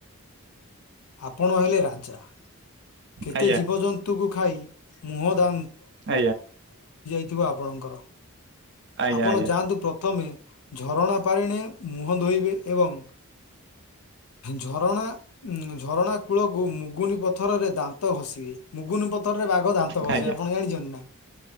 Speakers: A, on the left; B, on the right.
A: ଆପଣ ହେଲେ ରାଜା କେତେ
B: ଆଜ୍ଞା ଆଜ୍ଞା
A: ଜୀବଜନ୍ତୁଙ୍କୁ ଖାଇ ମୁହଁ ଦା
B: ଆଜ୍ଞା
A: ିବ ଆପଣଙ୍କର
B: ଆଜ୍ଞା
A: ଆପଣ
B: ଆଜ୍ଞା ଆଜ୍ଞା
A: ଯାଆନ୍ତୁ ପ ପ୍ରଥମେ ଝରଣା ପାରିଣେ ମୁହଁ ଧୋଇବେ ଏବଂ ଝରଣା ଝରଣା କୂଳକୁ ମୁଗୁନି ପଥରରେ ଦାନ୍ତ ଘଷିବେ ମୁଗୁନି ପଥରରେ ବାଘ ଦାନ୍ତ
B: ଆଜ୍ଞା
A: ଘଷିବେ ଆପଣ ଜାଣିଛନ୍ତି ନା